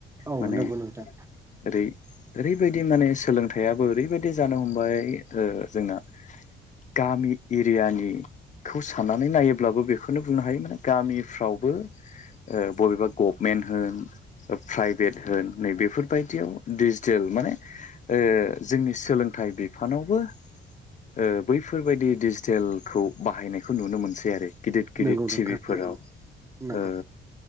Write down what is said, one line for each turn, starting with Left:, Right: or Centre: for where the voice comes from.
Right: औ
Left: माने
Right: नंगौ नोंथां
Left: ओरै ओरैबायदि माने सोलोंथाइाबो ओरैबायदि जानो हमबाय ओ जोंना गामि एरियानिखौ साननानै नायोब्लाबो बेखौनो बुंनो हायो माने गामिफ्रावबो ओ बबेबा गभमेन्ट होन प्राइभेट होन नै बेेफोरबायदियाव डिजिटेल माने ओ जोंनि सोलोंथाइ बिफानावबो ओ बैफोरबायदि डिजिटेलखौ बाहायनायखौ नुनो मोनसै आरो। गिदिर गिदिर
Right: नंगौ नोंथां
Left: टिभिफोराव
Right: नंगौ नंगौ
Left: ओ